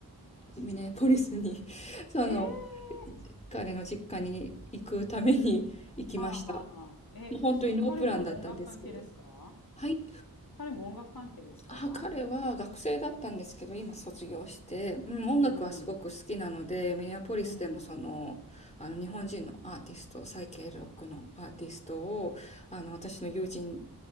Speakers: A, on the left; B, on the left.
A: ミネポリスに <laughs>、その、
B: ええ
A: 彼の実家に行くために <laughs> 行きました。
B: はあはあはあ。え、
A: もう本当にノープランだったんですけど。
B: その彼も音楽関係ですか
A: はい。
B: 彼も音楽関係ですか
A: あ、彼は学生だったんですけど、今卒業して、うん、
B: うん
A: 音楽はすごく好きなので、
B: うん。
A: ミネアポリスでもその、
B: うん。
A: あの、日本人のアーティスト、サイケイロックのアーティストを、あの、私の友人